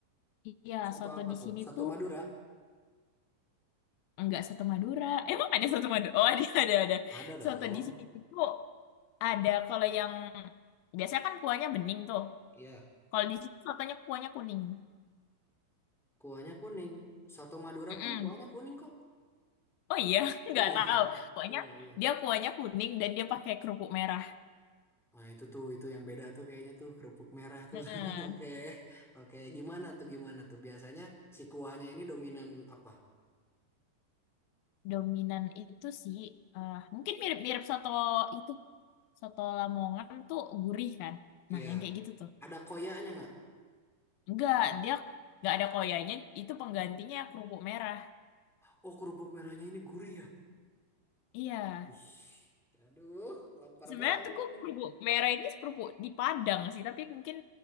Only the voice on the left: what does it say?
Iya,
soto
di
sini
tuh
Enggak soto Madura. Emang ada soto Madura? Oh, ada, ada, ada.
Soto di sini tuh ada kalau yang biasanya kan kuahnya bening tuh.
Kalau di sini sotonya kuahnya kuning.
Mm-mm.
Oh iya, <laughs> nggak
tahu.
Pokoknya
dia kuahnya kuning dan dia pakai kerupuk merah.
Nah,
dominan itu sih eh, mungkin mirip-mirip soto itu. Soto Lamongan tuh gurih kan. Nah,
yang kayak gitu tuh.
Enggak, dia nggak ada koyanya, itu penggantinya kerupuk merah.
Iya.
Sebenarnya
tuh
kerupuk merah ini kerupuk di Padang sih, tapi mungkin